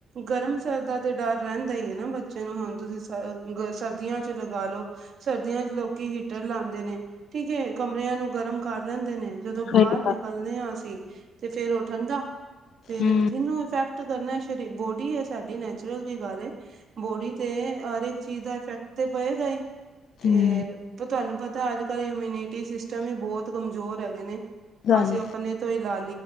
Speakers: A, on the right; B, on the left.
A: ਗਰਮ ਸਰਦ ਦਾ ਤੇ ਡਰ ਰਹਿੰਦਾ ਹੀ ਐ ਨਾ ਬੱਚੇ ਨੂੰ ਹੁਣ। ਸਰਦੀਆਂ ਚ ਲਗਾ ਲਓ ਸਰਦੀਆਂ ਚ ਲੋਕ ਹੀਟਰ ਲਾਂਦੇ ਨੇ ਠੀਕ ਐ। ਕਮਰਿਆਂ ਨੂੰ ਗਰਮ ਕਰ ਲੈਂਦੇ ਨੇ ਜਦੋਂ
B: ਸਹੀ
A: ਬਾਹਰ
B: ਗੱਲ
A: ਨਿਕਲਦੇ ਆ ਅਸੀਂ ਤੇ ਫੇਰ ਉਹ ਠੰਢਾ। ਫੇਰ
B: ਹੂੰ
A: ਜਿਹਨੂੰ ਇਫੈਕਟ ਕਰਨਾ ਸ਼ਰੀ ਬੋਡੀ ਐ ਸਾਡੀ ਨੈਚੁਰਲ ਦੀ ਗੱਲ ਐ। ਬੋਡੀ ਤੇ ਹਰੇਕ ਚੀਜ਼ ਦਾ ਇਫੈਕਟ ਤੇ ਪਏਗਾ ਹੀ ਤੇ
B: ਹੂੰ
A: ਤੁਹਾਨੂੰ ਪਤਾ ਤਾਂ ਅੱਜ ਕੱਲ੍ਹ ਇਮਿਊਨਿਟੀ ਸਿਸਟਮ ਹੀ ਬਹੁਤ ਕਮਜ਼ੋਰ ਹੈਗੇ ਨੇ
B: ਗੱਲ
A: ਅਸੀਂ
B: ਹੈ।
A: ਆਪਣੇ ਤੋਂ ਹੀ ਲਾ